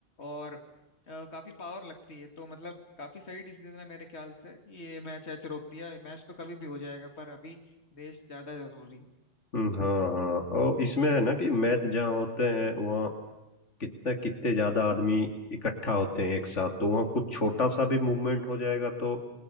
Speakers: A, on the left; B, on the left.
A: और अ, काफी पावर लगती है तो मतलब काफी सही डिसीजन है मेरे ख्याल से ये मैच ऐच रोक दिया ये मैच तो कभी भी हो जाएगा पर अभी देश ज्यादा जरूरी है।
B: हम्म, हाँ हाँ और इसमें है ना कि मैच जहाँ होते हैं वहाँ कितने कितने ज्यादा आदमी इकट्ठा होते हैं एक साथ तो वहाँ कुछ छोटा सा भी मूवमेंट हो जाएगा तो